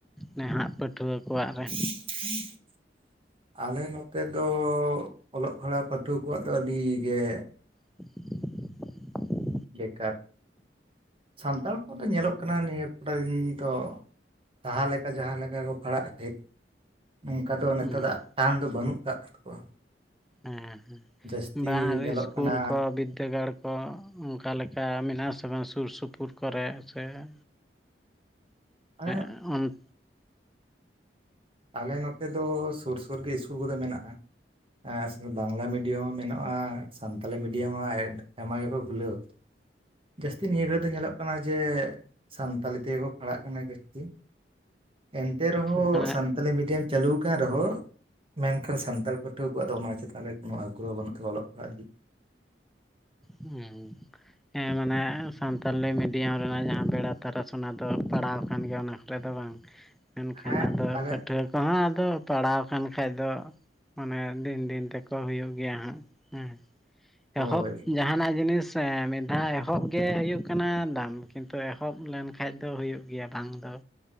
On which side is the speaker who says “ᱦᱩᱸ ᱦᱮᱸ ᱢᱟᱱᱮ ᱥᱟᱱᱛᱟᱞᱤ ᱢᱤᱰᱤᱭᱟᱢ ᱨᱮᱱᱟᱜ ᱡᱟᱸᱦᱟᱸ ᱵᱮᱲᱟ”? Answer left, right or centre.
Centre